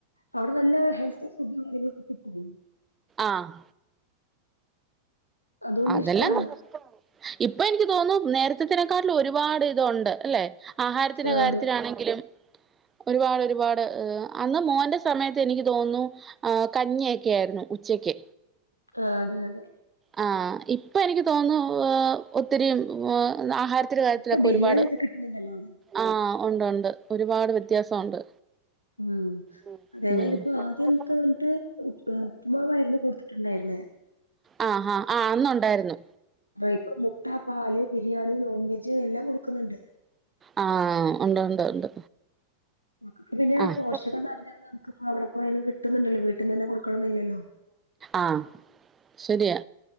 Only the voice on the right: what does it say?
ആഹ്
അതെല്ലാംന്ന്
ഇപ്പൊ എനിക്ക് തോന്നുന്നു നേര്ത്തെനെക്കാട്ടിലും ഒരുപാട് ഇതുണ്ട് അല്ലെ? ആഹാരത്തിന്റെ
കാര്യത്തിലാണെങ്കിലും
ഒരുപാട്, ഒരുപാട് അന്ന് മോന്റെ സമയത്ത്എനിക്ക് തോന്നുന്നു ഹ് കഞ്ഞിയൊക്കെആയിരുന്നു ഉച്ചെക്ക്.
ആ ഇപ്പൊഎനിക്ക് തോന്നുന്നു. ഒത്തിരി വോ ആഹാരം ത്തിരി കാര്യത്തിലൊക്കെ
ഒരുപാട്
ആഹ് ഒണ്ട്, ഒണ്ട് ഒരുപാട് വ്യത്യാസംഒണ്ട്.
ഉം,
ഉം
അ അഹാ ആഹ് അന്നൊണ്ടായിര്ന്നു.
ആഹ ഉണ്ട് ഉണ്ട് ഉണ്ട്
ആ
ആഹ്. ശരിയാ